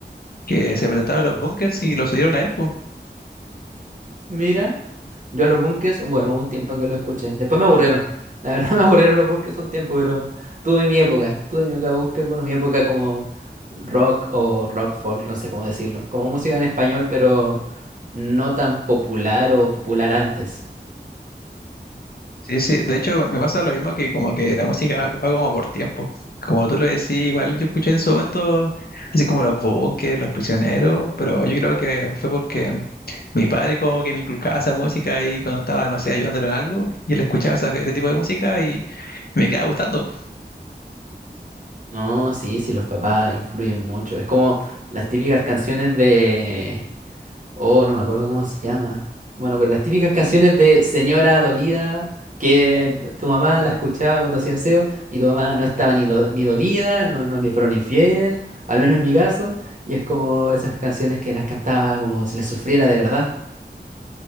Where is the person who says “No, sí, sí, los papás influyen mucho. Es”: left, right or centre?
Right